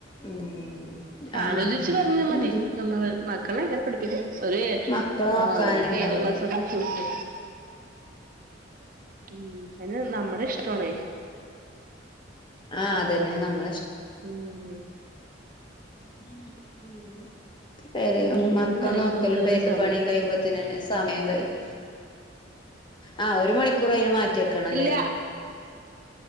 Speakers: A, on the left; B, on the right.
A: ഉം ആഹ്
B: ആലോചിച്ച്
A: അങ്ങനൊക്കെ
B: പറഞ്ഞാമതി.
A: മതി
B: നമ്മള് മക്കളെ എങ്ങനെ പഠിപ്പിക്കും? ഒര്
A: മക്കളെ നോക്കാനന്നെ
B: ആ നമുക്ക്
A: ഇണ്ടാവൂലേ
B: ഏത് ക്ലാസ്സ്‌ വേണോന്ന് ചോച്ചേ ഉം അതിന് നമ്മുടെ ഇഷ്ട്ടോണേ
A: ആ അതന്നെ നമ്മള്
B: ഉം
A: <unintelligible> വേറെ
B: ഉം
A: മക്കള
B: ഒരു മണിക്കൂർ
A: നോക്കലും
B: വരെ
A: പേത്ത
B: സമയം
A: പണിം കഴിയുമ്പോത്തേന്നെ സമയം കഴിയും. ആ ഒരു മണിക്കൂർ അയിന് മാറ്റിവെക്കണല്ലേ?
B: ഇല്ല